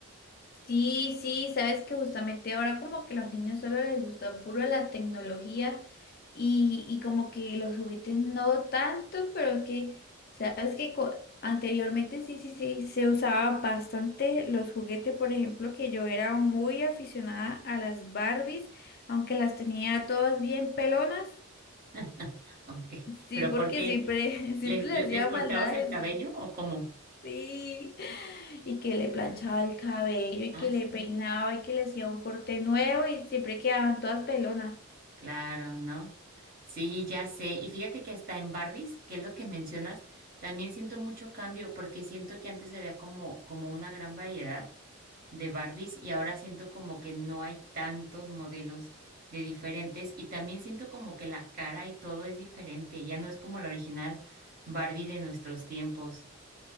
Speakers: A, on the left; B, on the right.
A: Sí, sí, sabes que justamente ahora como que los niños solo les gusta puro la tecnología y, y como que los juguetes no tanto, pero que sabes que co- anteriormente sí, sí, sí, se usaba bastante los juguetes, por ejemplo, que yo era muy aficionada a las Barbies, aunque las tenía todas bien pelonas,
B: <laughs> Ok.
A: sí,
B: ¿Pero
A: porque
B: por qué?
A: siempre, <laughs> siempre
B: ¿Les,
A: le
B: le-
A: hacía
B: les cortabas
A: maldades
B: el cabello o cómo?
A: Sí, y que le planchaba el cabello y
B: Ah,
A: que
B: sí.
A: le peinaba y que le hacía un corte nuevo y siempre quedaban todas pelonas.
B: Claro, ¿no? Sí, ya sé. Y fíjate que hasta en Barbies, que es lo que mencionas, también siento mucho cambio porque siento que antes había como, como una gran variedad de Barbies y ahora siento como que no hay tantos modelos de diferentes y también siento como que la cara y todo es diferente. Ya no es como la original Barbie de nuestros tiempos.